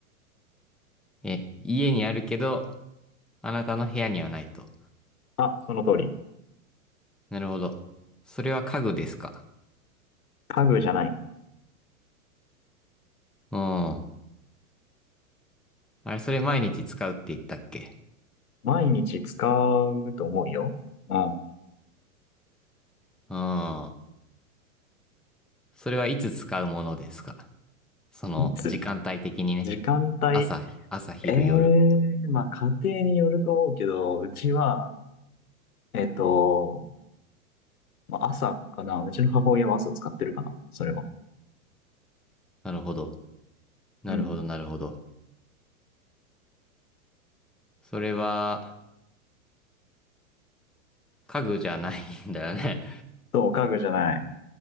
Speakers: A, in the centre; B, on the left (about 85°).
A: え、家にあるけど、あなたの部屋にはないと。
B: あ、その通り。
A: なるほど。それは家具ですか
B: 家具じゃない。
A: うん。あれ、それ毎日使うって言ったっけ
B: 毎日使うと思うよ。うん。
A: うん。それはいつ使うものですかその、
B: いつ
A: 時間帯的にね。
B: 時間帯
A: 朝、朝、昼、
B: ええ
A: 夜。
B: ー、まあ、家庭によると思うけど、うちは、えっと、まあ朝かな。うちの母親は朝使ってるかな。それは。
A: なるほど。なるほど、
B: うん。
A: なるほど。それは、家具じゃないんだよね。
B: そう、家具じゃない。